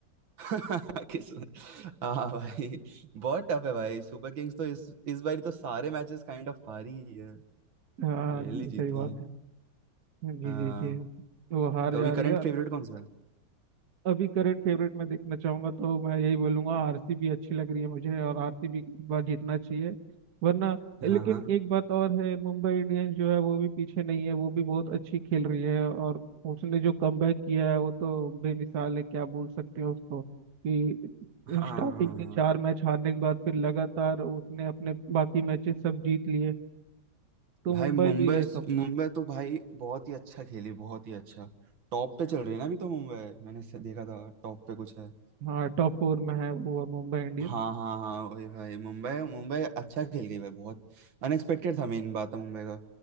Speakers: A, on the right; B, on the right.
A: <laughs> किस्मत हाँ भाई बहुत टफ है भाई सुपर किंग्स तो इस इस बार तो सारे मैचेस काइंड ऑफ हारी ही है
B: हाँ
A: रेयरली
B: जी
A: जीती
B: सही बात
A: है
B: है जी
A: हाँ
B: जी जी वो हार
A: तो
B: जा
A: अभी करंट
B: रही है
A: फेवरेट कौन सा है
B: अभी करंट फेवरेट में देखना चाहूंगा तो मैं यही बोलूंगा आरसीबी अच्छी लग रही है मुझे और आरसीबी को इस बार जीतना चाहिए वरना लेकिन
A: हाँ हाँ
B: एक बात और है मुंबई इंडियंस जो है वो भी पीछे नहीं है वो भी बहुत अच्छी खेल रही है और उसने जो कमबैक किया है वो तो बेमिसाल है क्या बोल सकते हैं उसको कि
A: हाँ
B: स्टार्टिंग
A: हाँ
B: के
A: हाँ।
B: चार मैच हारने के बाद फिर लगातार उसने अपने बाकी मैचेस सब जीत लिए तो
A: भाई
B: मुंबई
A: मुंबई
B: भी है कम
A: मुंबई तो भाई बहुत ही अच्छा खेली बहुत ही अच्छा टॉप पे चल रही है ना अभी तो मुंबई मैंने से देखा था टॉप पे कुछ है
B: हाँ टॉप फोर में है वो मुंबई इंडियंस
A: हाँ हाँ हाँ वही भाई मुंबई मुंबई अच्छा खेल गई भाई बहुत अनएक्सपेक्टेड था मेन बात है मुंबई का